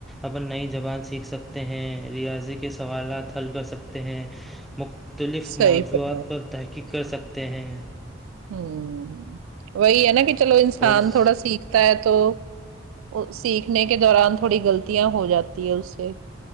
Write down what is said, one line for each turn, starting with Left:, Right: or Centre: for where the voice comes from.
Centre: اپن نئی زبان سیکھ سکتے ہیں ریاضی کے سوالات حل کر سکتے ہیں مختلف
Right: صحیح
Centre: موضوعات
Right: فرمایا
Centre: پر تحقیق کر سکتے ہیں
Right: ہوں وہی ہے نا کہ چلو انسان
Centre: اور اس
Right: تھوڑا سیکھتا ہے تو سیکھنے کے دوران تھوڑی غلطیاں ہو جاتی ہے اس سے